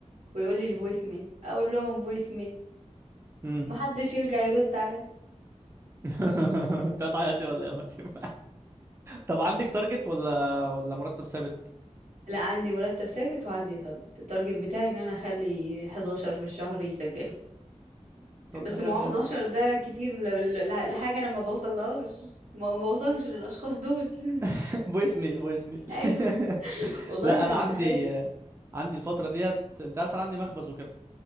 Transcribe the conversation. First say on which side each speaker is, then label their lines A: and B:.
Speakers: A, on the right; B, on the right.
A: ويقول لي الفويس ميل اقول لهم فويس ميل
B: امم
A: ما حدش يرجع يرد عليا
B: <laughs> انت هتعيطي ولا ايه يا مريم <laughs> طب عندك تارجت ولا ولا مرتب ثابت
A: لا عندي مرتب ثابت وعندي تارجت التارجت بتاعي ان انا اخلي 11 في الشهر يسجلوا
B: طب
A: بس
B: ده
A: ما
B: حلو
A: هو 11
B: قوي
A: ده كتير ل- ل- لحاجه انا ما بوصلهاش ما ما بوصلش للاشخاص دول <laughs>
B: <laughs> فويس ميل فويس ميل
A: ايوه
B: <laughs>
A: والله
B: لا
A: انت
B: انا
A: متخيل
B: عندي عندي الفتره ديت انت عارف انا عندي مخبز وكده